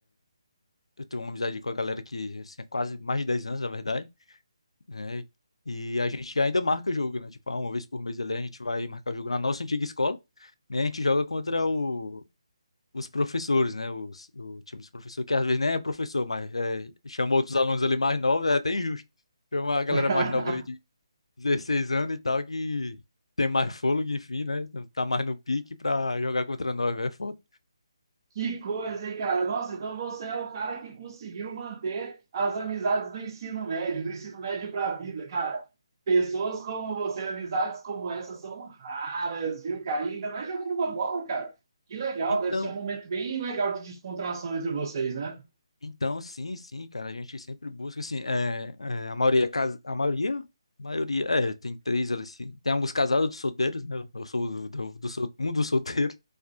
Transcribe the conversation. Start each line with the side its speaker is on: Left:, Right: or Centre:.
Left: eu tenho uma amizade com a galera que assim, é quase mais de 10 anos, na verdade, né? E a gente ainda marca jogo, né? Tipo, ah, uma vez por mês ali a gente vai marcar jogo na nossa antiga escola, né? A gente joga contra o, os professores, né? Os, o time dos professores, que às vezes nem é professor, mas é, chama outros alunos ali mais novos, é até injusto. Tem uma galera
Right: <laughs>
Left: mais nova ali de 16 anos e tal que tem mais fôlego, enfim, né? Tá mais no pique pra jogar contra nós, velho, é foda.
Right: Que coisa, hein, cara? Nossa, então você é o cara que conseguiu manter as amizades do ensino médio, do ensino médio para a vida, cara. Pessoas como você, amizades como essa são raras, viu, cara? E ainda mais jogando uma bola, cara. Que legal,
Left: Então,
Right: deve ser um momento bem legal de descontração entre vocês, né?
Left: Então, sim, sim, cara, a gente sempre busca, assim, é, é, a maioria, é cas- a maioria, a maioria, é, tem três, ali, assim, tem alguns casados dos solteiros, né, eu sou do, do, do sol- um dos <laughs> solteiros,